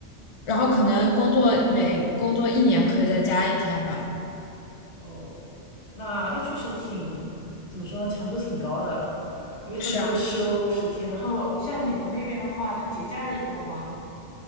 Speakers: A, on the left (about 35°); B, on the left (about 80°).
A: 然后可能工作每工作一年可以再加一天吧。
B: 哦，那那确实挺，怎么说呢，强度挺高的，因为它只有休十天。
A: 是啊，
B: 然后像美国那边的话，它节假日多吗？